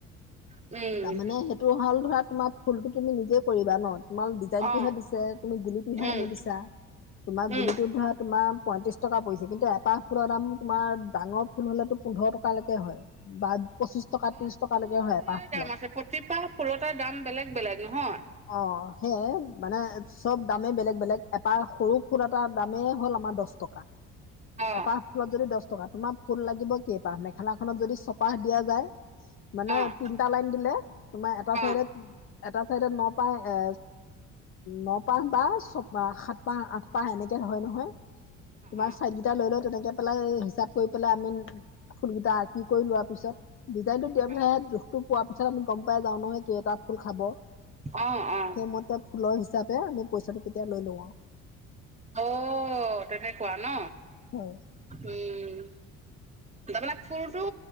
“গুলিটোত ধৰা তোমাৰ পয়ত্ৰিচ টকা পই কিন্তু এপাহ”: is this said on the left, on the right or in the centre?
Left